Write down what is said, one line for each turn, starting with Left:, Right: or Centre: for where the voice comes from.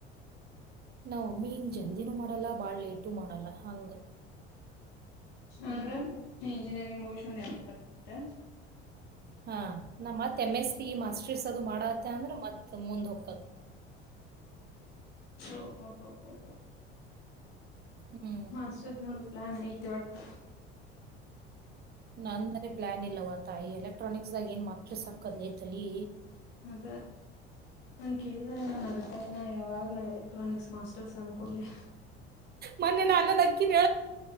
Right: ನಾವ್ ಮಿನ್ ಜಲ್ದಿನು ಮಾಡಲ್ಲ ಮಾಡಲ್ಲೆಯಿದ್ದರು ಮಾಡಲ್ಲ ಹಾಂಗ್.
Left: ಅಂದ್ರ ನೀ ಇಂಜಿನಿಯರಿಂಗ್ ಮುಗಿಸಿ ಒಂದ ಎರಡು ಪೇಪರ್ ಬಿಟ್ರ.
Right: ಹ ನಮ್ಮ K ಮ್ಮೆ S PU master. Miss ಅದನ್ನು ಮಾಡಲತ್ತಿ ಅಂದ್ರ ಮತ್ತು ಮುಂದ ಹೊಕತ್ತ.
Left: ಓಹೋಹೋಹೋ.
Right: ಹ್ಞೂ
Left: ಮಾಸ್ಟರ್ ನೋಡು ಪ್ಲಾನ್ ಐತಿ ಇವತ್ತ.
Right: ನಂದರ ಇಲ್ಲಿ ಪ್ಲಾನ್ ಇಲ್ಲವ ತಾಯಿ ಎಲೆಕ್ಟ್ರಾನಿಕ್ಸ್ ದಾಗ ಏನ್ ಮಕ್ಕಳ ಸಾಕದ ಏ ಕಲಿ.
Left: ಮತ್ತ. ನನ್ನ ಕೇಳಿದ್ದೋರು ಎಲ್ಲರು ನಗತ್ತಾರ ನಾ ಯಾವಾಗಲೂ ಎಲೆಕ್ಟ್ರಾನಿಕ್ಸ್ ಮಾಸ್ಟರ್ಸ್ ಅಂದ ಕೊಡ್ಲೆ.
Right: ಮೊನ್ನೆ ನಾನು ನಕ್ಕಿನ.